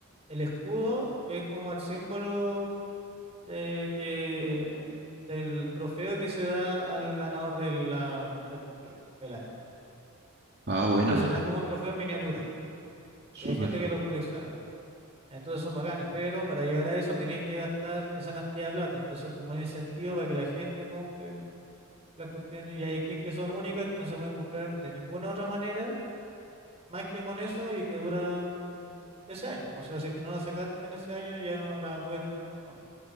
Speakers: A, on the right (about 30°); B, on the right (about 45°).
A: el escudo, que es como el símbolo de que, del trofeo que se da al ganador de la- del mundial del año.
B: Ah, buena,
A: Entonces dan como un trofeo en miniatura.
B: súper,
A: Y hay gente que los colecciona. Entonces son bacanes, pero para llegar a eso tienes que gastar esa cantidad de plata. Entonces, como un incentivo para que la gente compre las cuestiones. Y hay skins que son únicas, que no se pueden comprar de ninguna otra manera más que con eso y que duran ese año. O sea, si que no la sacaste en ese año, ya no la puedes tener nunca más.